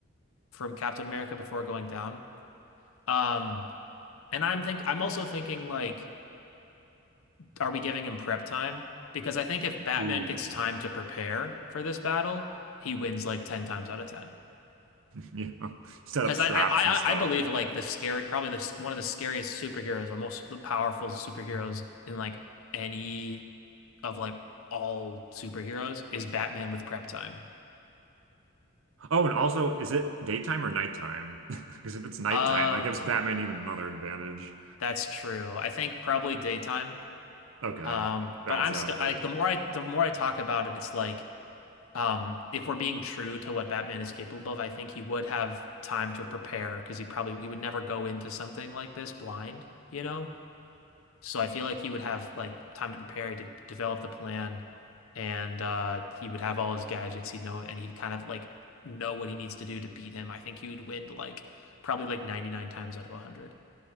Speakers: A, on the left (about 70°); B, on the right (about 60°).
A: from Captain America before going down. Um, and I'm think I'm also thinking like, are we giving him prep time? Because I think if Batman
B: Ooh.
A: gets time
B: <laughs>
A: to prepare for this battle, he wins like 10 times out of 10.
B: Yeah. Set
A: Because
B: up traps
A: I, I
B: and stuff.
A: I believe like the scary probably the one of the scariest superheroes or most powerful superheroes in like any of like all superheroes is Batman with prep time.
B: Oh, and also, is it daytime or nighttime? <laughs> Because if it's nighttime,
A: Um,
B: that gives Batman even another advantage.
A: that's true. I think probably daytime.
B: Okay,
A: Um, but
B: balance
A: I'm
B: it
A: still
B: out a bit.
A: like the more I the more I talk about it, it's like Um, if we're being true to what Batman is capable of, I think he would have time to prepare because he probably he would never go into something like this blind, you know? So I feel like he would have like time to prepare, he would develop the plan, and uh he would have all his gadgets, he'd know, and he'd kind of like know what he needs to do to beat him. I think he would win like probably like 99 times out of 100.